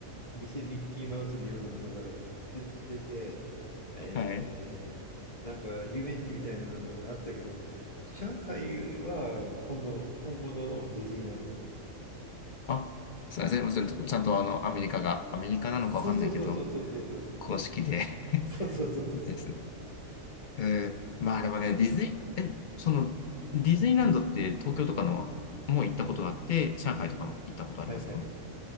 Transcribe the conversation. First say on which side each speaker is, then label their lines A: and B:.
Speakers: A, on the left (about 25°); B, on the left (about 60°).
A: 偽ミッキーマウスのようなものが出出て、えーなんか遊園地みたいなのがあったけど、
B: あ、はい。
A: 上海はあの本物、本物のディズニーランド。
B: あ、すいません。もちょんとちゃんとあの、アメリカが、アメリカなのかわかんないけど、
A: そうそうそうそうそうそうそう。
B: 公式で <laughs>
A: そうそうそうそう。
B: そうですねえー、まあでもね、ディズニー、え、その、ディズニーランドって東京とかのもう行ったことがあって、上海とかも行ったことありますか
A: はいはいはい。